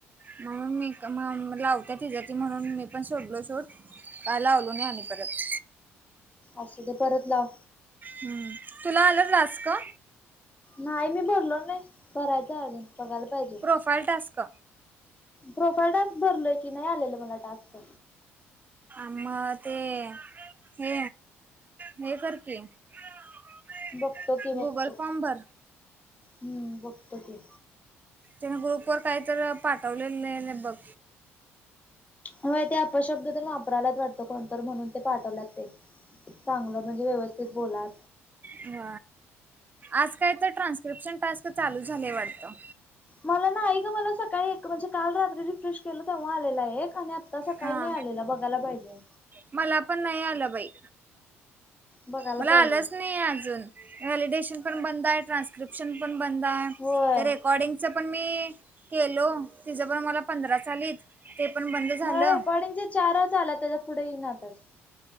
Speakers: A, on the right; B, on the left.
A: म्हणून मी लावत तिच्या त म्हणून मी पण सोडलो शूट काय लावलो नाही आणि परत
B: असं ते परत लाव
A: हम्म तुला आलं रास का
B: नाही मी भरलो नाही भरायचं अजून बघायला पाहिजे
A: प्रोफाईल टास्क
B: प्रोफाईल टास्क भरलोय की नाही आलेल मला टास्क
A: म ते हे हे कर की गुगल
B: बघतो की बघतो
A: फॉर्म भर.
B: हम्म बघतो की
A: तीन ग्रुप वर काहीतर पाठवलेलं लय बघ.
B: होय ते अपशब्द तेन वापराल्यात वाटतं कोणतर म्हणून ते पाठवल्यात. ते चांगलं म्हणजे व्यवस्थित बोला
A: ह आज काय तर ट्रान्स्क्रिप्शन टास्क चालू झालय वाडतं.
B: मला नाही ग मला सकाळी एक म्हणजे काल रात्री रिफ्रेश केल तेव्हा आलेला एक आणि -- तसं काही
A: हा
B: नाही आलेलं बघायला पाहिजे.
A: मला पण नाही आलं बाई
B: बघायला
A: मला
B: पाहिजे
A: आलंच नाही अजून व्हॅलिडेशन पण बंद आहे ट्रान्स्क्रिप्शन पण बंद आहे
B: होय
A: तर रेकोर्डिंगच पण मी केलो तिच पण मला पंधराच आलीत ते पण बंद झालं
B: मला रेकॉर्डिंगचे चारच आल्यात त्याच्या पुढे येइ ना तच.